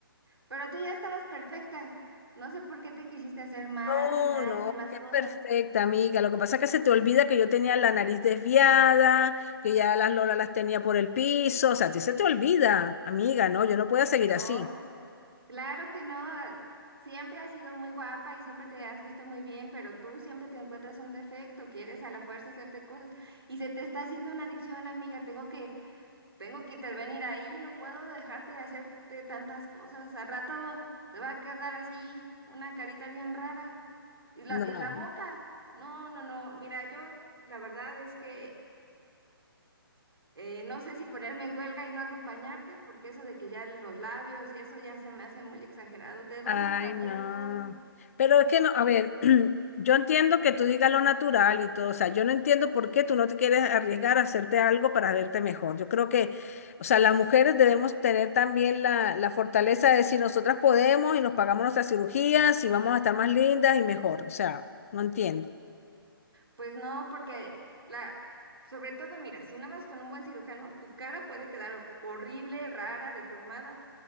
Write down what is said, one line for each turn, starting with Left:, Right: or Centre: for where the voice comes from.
Right: Pero tú ya estabas perfecta. No sé por qué te quisiste hacer más
Left: No,
Right: y más
Left: no,
Right: y más
Left: qué
Right: cosas.
Left: perfecta, amiga. Lo que pasa es que se te olvida que yo tenía la nariz desviada, que ya las lolas las tenía por el piso. O sea, a ti se te olvida, amiga, no, yo no puedo seguir
Right: No,
Left: así.
Right: Claro que no, ah, siempre has sido muy guapa y siempre te has visto muy bien, pero tú siempre te encuentras un defecto, quieres a la fuerza hacerte cosas y se te está haciendo una adicción, amiga, tengo que, tengo que intervenir ahí, no puedo dejarte de hacerte tantas cosas, al rato te va a quedar así una carita bien rara y la,
Left: No.
Right: y la boca, no, no, no, mira, yo la verdad es que eh, no sé si ponerme en huelga y no acompañarte, porque eso de que ya los labios y eso ya se me hace muy exagerado. Te van
Left: Ay,
Right: a cambiar
Left: no.
Right: todo.
Left: Pero es que no, a ver, <clears throat> yo entiendo que tú digas lo natural y todo, o sea, yo no entiendo por qué tú no te quieres arriesgar a hacerte algo para verte mejor. Yo creo que, o sea, las mujeres debemos tener también la, la fortaleza de decir nosotras podemos y nos pagamos nuestras cirugías y vamos a estar más lindas y mejor. O sea, no entiendo.
Right: Pues no, porque la, sobre todo, mira, si no vas con un buen cirujano, tu cara puede quedar horrible, rara, deformada.